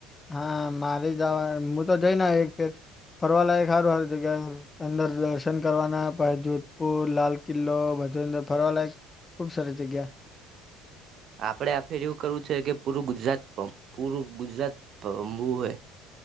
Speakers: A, on the left (about 20°); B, on the right (about 50°).
A: હા મારી જવા હું તો જઈને એક ફેર ફરવા લાયક સારું હર જગ્યા <inaudible> અંદર દર્શન કરવાના પ જોધપુર, લાલ કિલ્લો ભજદર, ફરવાલાયક ખુબ સર જગ્યા.
B: આપડે આ ફેર એવું કરવું છે કે પૂરું ગુજરાત પૂરું ગુજરાત પામવું હોય.